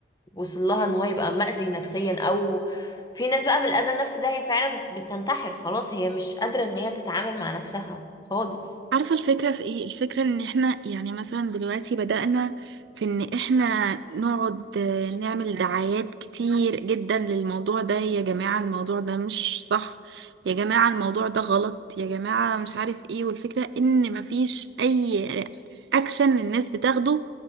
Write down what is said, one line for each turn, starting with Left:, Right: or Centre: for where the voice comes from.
Left: وصل لها ان هو يبقى مأذي نفسيا او في ناس بقى من الأذى النفسي ده هي فعلا بتنتحر خلاص هي مش قادرة ان هي تتعامل مع نفسها خالص
Right: عارفة الفكرة في ايه؟ الفكرة ان احنا يعني مثلا دلوقتي بدأنا في ان احنا نقعد آه، نعمل دعايات كتير جدا للموضوع ده يا جماعة الموضوع ده مش صح يا جماعة الموضوع ده غلط يا جماعة مش عارف ايه والفكرة ان مفيش اي اكشن الناس بتاخده